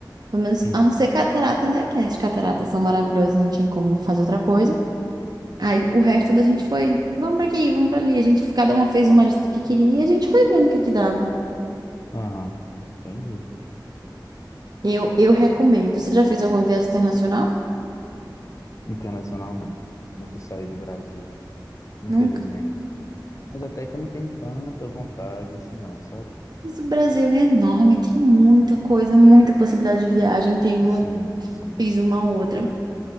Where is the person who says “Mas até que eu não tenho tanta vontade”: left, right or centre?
Left